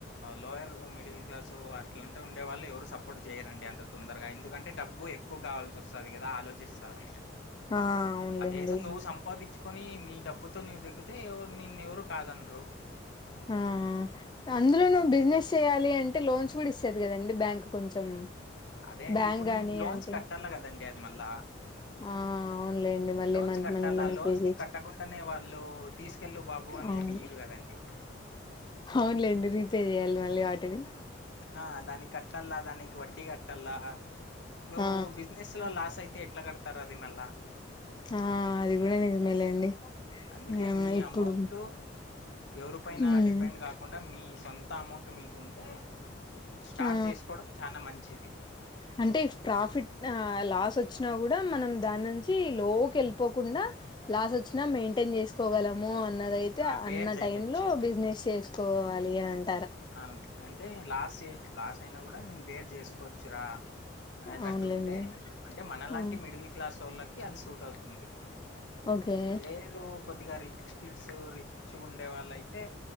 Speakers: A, on the left; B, on the left.
A: లోయర్ మిడిల్ క్లాస్ అట్లాంటి ఉండే వాళ్ళు ఎవరు సపోర్ట్ చేయరండి అంత తొందరగా ఎందుకంటే డబ్బు ఎక్కు కావాల్సోస్తాది కదా ఆలోచిస్తారు,
B: ఆ అవునులేండి
A: అదేదో నువ్వు సంపాదించు కుని నీ డబ్బుతో నీవు దిగితే ఎవరు నిన్నెవరు కాదనరు
B: ఆ అందులో నువ్వు బిజినెస్ చెయాలి అంటే లోన్స్ కూడా ఇస్తది కదండి బ్యాంక్ కొంచెం
A: అదే అండి
B: బ్యాంక్
A: ఇప్పుడు
B: గాని
A: మీరు లోన్స్
B: అంటే
A: కట్టాల కదండి అద్ మళ్ళ
B: ఆ అవునులేండి మళ్ళీ
A: లోన్స్
B: మంత్
A: కట్టాలా
B: మంత్ మనం
A: లోన్స్
B: పే
A: ని
B: చేస్త
A: కట్టకుండానే వాళ్ళు తీసుకెళ్ళు బాబు అని
B: అవును,
A: ఏమి ఇయ్యరు కదండి
B: అవునులేండి రీపే చెయాలి మళ్ళి ఆడ్ తెలి
A: ఆ దానికట్టాల దానికి వడ్డీ కట్టల్ల నువ్వు
B: ఆ
A: బిజినెస్ లో లాస్ ఐతే తే ఎట్లా కడతారు అది మళ్ళా
B: ఆ అది కూడా నిజమేలేండి
A: అందుకే
B: ఆ
A: మీ
B: ఇప్పుడు
A: అమౌంట్ ఎవరి పైనా
B: ఉమ్
A: డిపెండ్ కాకుండా మీ సొంత అమౌంట్ మీకుంటే స్టార్ట్
B: ఆ
A: చేసుకోవడం చాన మంచిది
B: అంటే ప్రాఫిట్ లాస్ వచ్చినా కూడా మనం దాన్నుంచి లో కెళ్ళిపోకుం డా లాసో వచ్చిన మెయింటైన్ చేసుకోగలము అన్నదైతే
A: ఆ బేర్
B: అన్న
A: చెయ్యొచ్చు
B: టైం లో బిజినెస్ చేస్ కోవాలి అన్
A: ఆ అంటే లాస్ చే లాస్ అయినా కూడా నేను డేర్ చేసుకోవచ్చురా అనేటట్టు
B: అవునులేండి
A: ఉంటే అంటే మనలాంటి
B: ఆ
A: మిడిల్ క్లాసోళ్ళకి అది సూట్ అవుతుంది
B: ఓకే
A: లేదు కొద్దిగా రి రిచ్ కిడ్స్ రిచ్గుండే వాళ్ళు అయితే